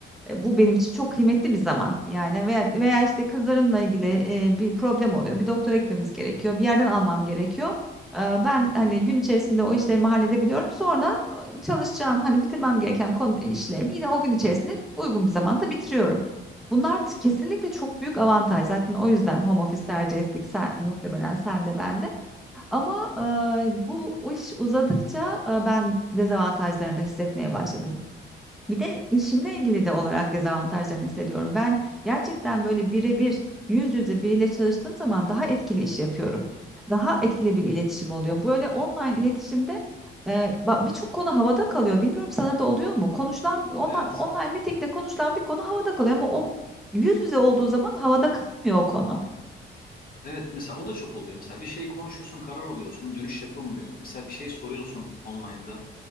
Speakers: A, in the centre; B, on the left.
A: E, Bu benim için çok kıymetli bir zaman. Yani veya, veya işte kızlarımla ilgili e, bir problem oluyor. Bir doktora gitmemiz gerekiyor. Bir yerden almam gerekiyor. E, ben hani gün içerisinde o işlerimi halledebiliyorum. Sonra e, çalışacağım hani bitirmem gereken konu işlerimi yine o gün içerisinde uygun bir zamanda bitiriyorum. Bunlar t- kesinlikle çok büyük avantaj. Zaten o yüzden home office tercih ettik. Sen, muhtemelen sen de ben de. Ama e, bu iş uzadıkça e, ben dezavantajlarını da hissetmeye başladım. Bir de işimle ilgili de olarak dezavantajlarını hissediyorum. Ben gerçekten böyle birebir yüz yüze biriyle çalıştığım zaman daha etkili iş yapıyorum. Daha etkili bir iletişim oluyor. Böyle online iletişimde e, bak birçok konu havada kalıyor. Bilmiyorum sana da oluyor mu? Konuşulan online,
B: Evet.
A: online meetingde konuşulan bir konu havada kalıyor ama o yüz yüze olduğu zaman havada kalmıyor o konu.
B: Evet mesela o da çok oluyor. Mesela bir şey konuşuyorsun karar alıyorsun dönüş yapılmıyor. Mesela bir şey soruyorsun online'da